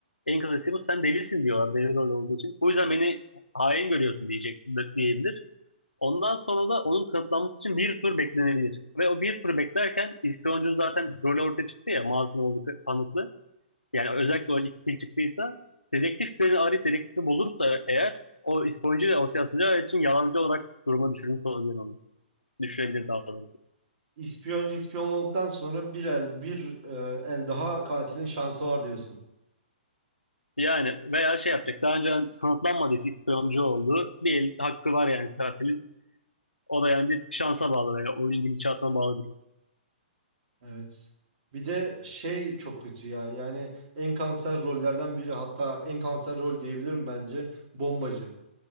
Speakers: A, on the left; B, on the right.
A: En kazısı bu. Sen delisin diyorlar deli rol olduğu için. Bu yüzden beni hain görüyorsun diyecek diyebilir. Ondan sonra da onun kanıtlanması için bir tur beklenebilir. Ve o bir tur beklerken İspanyolcu zaten rolü ortaya çıktı ya masum olduğu kanıtlı. Yani özellikle o iki kil çıktıysa dedektif beni arayıp dedektifi bulursa eğer o İspanyolcuyu ortaya atacağı için yalancı olarak duruma düşürmüş olabilir onu. Düşürebilir
B: Ha.
A: daha doğrusu.
B: İspiyoncu ispiyon olduktan sonra bir el bir e, el daha katilin şansı var diyorsun.
A: Yani veya şey yapacak. Daha önce kanıtlanmadıysa ispiyoncu olduğu bir el hakkı var yani katilin. O da yani bir şansa bağlı veya oyunun gidişatına bağlı bir durum.
B: Evet. Bir de şey çok kötü ya. Yani en kanser rollerden biri hatta en kanser rol diyebilirim bence bombacı.